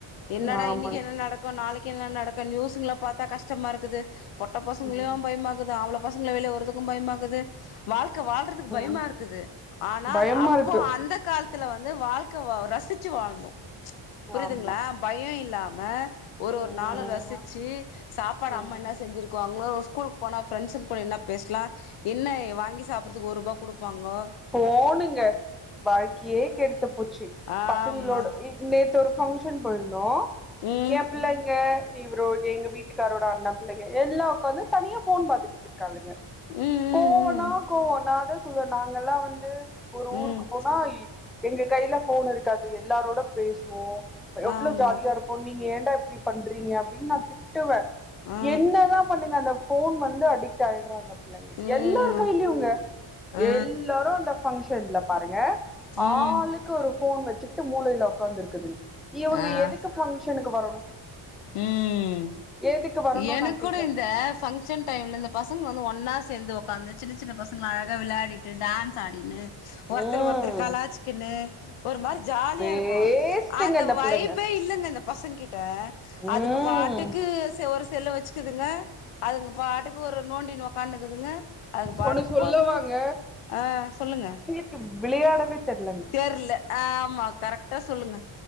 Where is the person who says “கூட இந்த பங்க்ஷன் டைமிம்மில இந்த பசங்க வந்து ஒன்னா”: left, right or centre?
Left